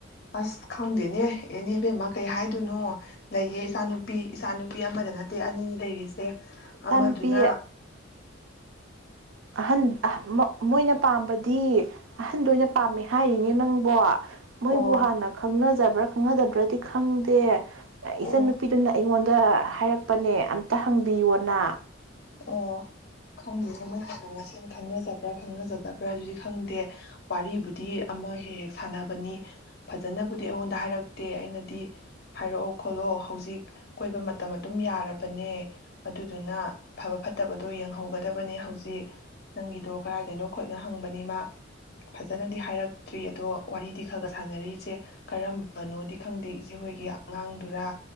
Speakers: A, on the left (about 55°); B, on the right (about 75°).
A: ꯑꯁ ꯈꯪꯗꯦꯅꯦ ꯏꯅꯦꯕꯦꯝꯃ ꯀꯩ ꯍꯥꯏꯗꯣꯏꯅꯣ ꯂꯩꯌꯦ ꯏꯆꯥꯅꯨꯄꯤ ꯏꯆꯥꯅꯨꯄꯤ ꯑꯃꯗ ꯅꯠꯇꯦ ꯑꯅꯤ ꯂꯩꯔꯤꯁꯦ ꯑꯃꯗꯨꯅ
B: ꯇꯥꯟꯄꯤ ꯑꯍꯟ ꯃꯣꯏꯅ ꯄꯥꯝꯕꯗꯤ ꯑꯍꯟꯗ ꯑꯣꯏꯅ ꯄꯥꯝꯃꯦ ꯍꯥꯏꯔꯤꯅꯦ ꯅꯪꯕꯣ ꯃꯣꯏꯕꯨ
A: ꯑꯣ
B: ꯍꯥꯟꯅ ꯈꯪꯅꯖꯕ꯭ꯔꯥ ꯈꯪꯅꯗꯕ꯭ꯔꯗꯤ ꯈꯪꯗꯦ
A: ꯑꯣ
B: ꯏꯆꯟ ꯅꯨꯄꯤꯗꯨꯅ ꯑꯩꯉꯣꯟꯗ ꯑꯗ ꯍꯥꯏꯔꯛꯄꯅꯦ ꯑꯝꯇ ꯍꯪꯕꯤꯌꯣꯅ
A: ꯑꯣ ꯈꯪꯗꯦ ꯃꯣꯏ ꯍꯥꯟꯅ ꯃꯁꯦꯟ ꯈꯪꯅꯖꯕ꯭ꯔꯥ ꯈꯪꯅꯖꯗꯕ꯭ꯔꯥ ꯑꯗꯨꯗꯤ ꯈꯪꯗꯦ ꯋꯥꯔꯤꯕꯨꯗꯤ ꯑꯃ ꯍꯦꯛ ꯍꯦꯛ ꯁꯥꯟꯅꯕꯅꯤ ꯐꯖꯅꯕꯨꯗꯤ ꯑꯩꯉꯣꯟꯗ ꯍꯥꯏꯔꯛꯇꯦ ꯑꯩꯅꯗꯤ ꯍꯥꯏꯔꯛꯑꯣ ꯈꯣꯠꯂꯣ ꯍꯧꯖꯤꯛ ꯀꯣꯏꯕ ꯃꯇꯝ ꯑꯗꯨꯝ ꯌꯥꯔꯕꯅꯦ ꯑꯗꯨꯗꯨꯅ ꯐꯕ ꯐꯠꯇꯕꯗꯣ ꯌꯦꯡꯍꯧꯒꯗꯕꯅꯦ ꯍꯧꯖꯤꯛ ꯅꯪꯒꯤꯗꯣ ꯀꯗꯥꯏꯗꯩꯅꯣ ꯈꯣꯠꯅꯣ ꯍꯪꯕꯅꯤ ꯃꯥ ꯐꯖꯅꯗꯤ ꯍꯥꯏꯔꯛꯇ꯭ꯔꯤ ꯑꯗꯣ ꯋꯥꯔꯤꯗꯤ ꯈꯔ ꯈ ꯁꯥꯟꯅꯔꯤ ꯏꯆꯦ ꯀꯔꯝꯕꯅꯣꯗꯤ ꯈꯪꯗꯦ ꯏꯆꯦꯍꯣꯏꯒꯤ ꯑꯉꯥꯡꯗꯨꯔꯥ